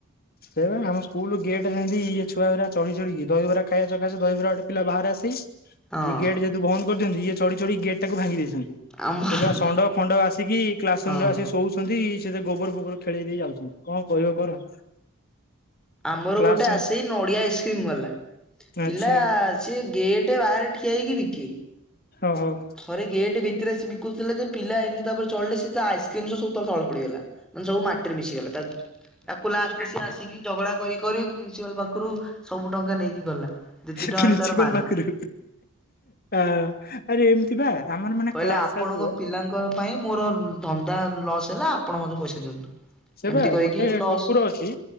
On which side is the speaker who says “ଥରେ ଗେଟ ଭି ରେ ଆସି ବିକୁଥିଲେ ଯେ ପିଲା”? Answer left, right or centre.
Centre